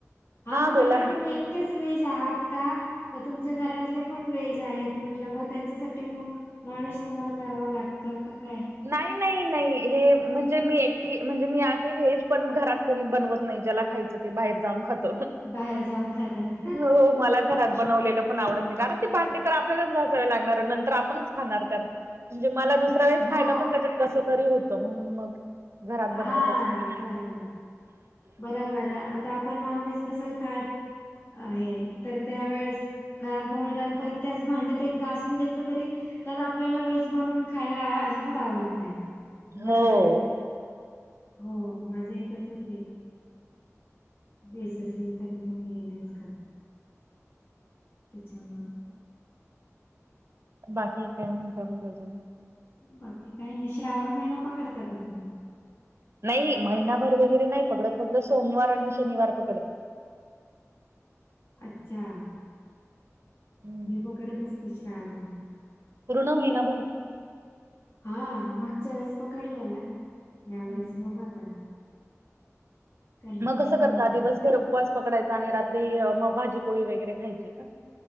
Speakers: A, on the left (about 45°); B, on the right (about 50°).
A: हा म्हटलं
B: बोला ना
A: तुम्ही एक तेच व्हेज आहात का तुमच्या घरातले पण व्हेज आहेत म्हटलं मग त्यांच्यासाठी मग नॉनव्हेज तुम्हाला करावं लागतं. का काय?
B: नाही नाही नाही हे म्हणजे मी एक ती म्हणजे मी आहे. व्हेज पण घरात कोणी बनवत नाही ज्याला खायचं ते बाहेर जाऊन खात
A: बाहेर जाऊन खातात
B: हो मला घरात बनवलेलं
A: ओके
B: पण आवडत नाही. कारण भांडी तर आपल्यालाच घासावे लागणार नंतर आपणच खाणारत म्हणजे मला दुसऱ्या वेळे
A: हो
B: कस तरी होत म्हणून मग घरात बनवतच
A: हा
B: नाही.
A: बरोबर बरोबर आहे आता आपण नॉन व्हेज नसेल. खात हे तर त्यावेेळेस घरात बनवलं आणि परत त्याच भांडत गाजून घेतलं तरी तर आपल्याला व्हेज बनवून खायला अजिबात आवडत नाही. बरोबर
B: हो
A: आहे हो माझं हे तसच आहे. व्हेज असेल तर मग हे नाहीच खात त्याच्यामुळे
B: बाकी काय म्हणत मग अजून
A: बाकी काही नाही श्रावण महिना पकडता ग तुम्ही
B: नाही महिनाभर वगैरे नाही पकडत फक्त सोमवार आणि शनिवार पकडते.
A: अच्छा
B: हम्म.
A: मी पकडत असते श्रावण
B: पूर्ण महिनाभर
A: हा मागच्या वेळेस पकडलेला.
B: हम्म.
A: या वेळेस बघ आता कन्फर्म
B: मग कसं
A: नाही
B: करता
A: एवढं.
B: दिवस घरपवास पकडायचा आणि रात्री मग भाजीपोळी वगैरे खायची का